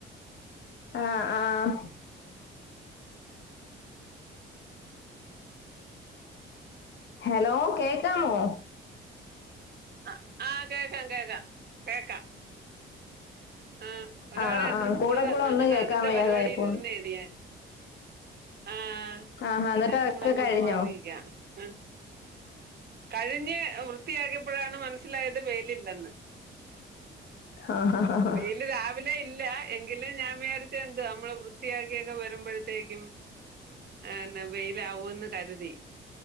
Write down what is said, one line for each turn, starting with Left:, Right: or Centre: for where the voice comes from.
Left: ആഹ ആഹാം ഹലോ കേക്കാമോ
Right: ആ ആഹ് കേക്കാം കേക്കാം കേക്കാം ആഹ ഒരാളെ
Left: ആ
Right: ഇത്തിരി
Left: ആ കൂടെ
Right: പുളി തന്ന
Left: കൂടെ ഒന്ന്
Right: അങ്ങനെ
Left: കേക്കാൻ
Right: അതിൻ്റെ
Left: വയ്യാതായി
Right: പരിപാടിൽ
Left: പോന്നു
Right: ഇരുന്നേനീ ഞാൻ ആഹ്
Left: ആഹാ എന്നിട്ട്
Right: ഞ്ഞത്തികൂടെ
Left: അതൊക്കെ
Right: അങ്ങോട്ട്
Left: കഴിഞ്ഞോ
Right: മാറിക്കാം ആ കഴിഞ്ഞ് വൃത്തിയാക്കിയപ്പോഴാണ് മനസ്സിലായത് വെയിലില്ലെന്ന്
Left: ആഹ ഹ ഹ
Right: വെയില് രാവിലെ ഇല്ലാ എങ്കിലും ഞാൻ വേര <unintelligible> നമ്മളെ വൃത്തിയാക്കിയൊക്കെ വരുമ്പോഴത്തേക്കും ആ ന്നെ വെയിലാവൂന്ന് കരുതി